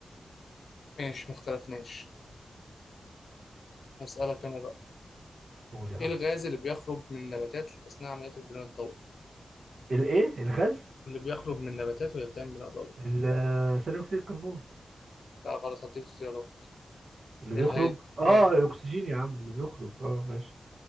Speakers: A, on the left (about 75°); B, on the right (about 70°).
A: ماشي مختلفناش هسألك أنا بقى
B: قول يا عم
A: إيه الغاز اللي بيخرج من النباتات أثناء عملية البناء الضوئي؟
B: الإيه الغاز
A: اللي بيخرج من النباتات وهي بتعمل بناء ضوئي
B: ال- ثاني أكسيد الكربون
A: لا غلط هديك اختيارات
B: اللي
A: الهي
B: بيخرج اه
A: آه
B: الاكسجين يا عم اللي بيخرج اه ماشي